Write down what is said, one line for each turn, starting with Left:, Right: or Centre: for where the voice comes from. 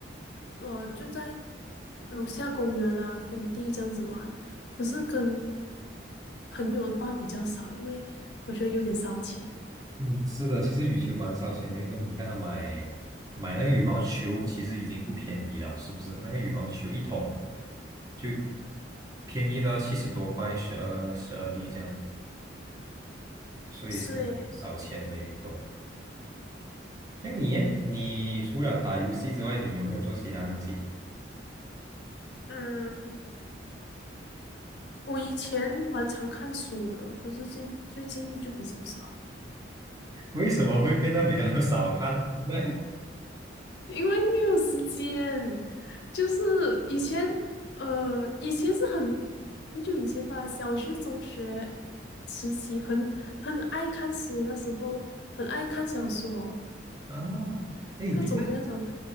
Left: 呃就在楼下公园啊空地这样子玩，可是跟朋友的话比较少，因为我觉得有点烧钱。
Right: 嗯，是的，其实羽球蛮烧钱的运动。你看他买买那个羽毛球，其实已经不便宜了，是不是？那个羽毛球一桶就便宜都要七十多块，十二十二粒这样，所以是很烧钱的运动。
Left: 是诶，
Right: 像你耶你除了打游戏之外，你有没有做其他东西？
Left: 嗯，我以前蛮常看书的，可是现最近就比较少。
Right: 为什么会变得比较 <laughs> 少看书呢？
Left: 因为没有时间，就是以前，呃，以前是很很久以前吧，小学、中学时期很很爱看书，那时候很爱看小说，
Right: <laughs> 哦，哎，
Left: 各种各样小说
Right: 你看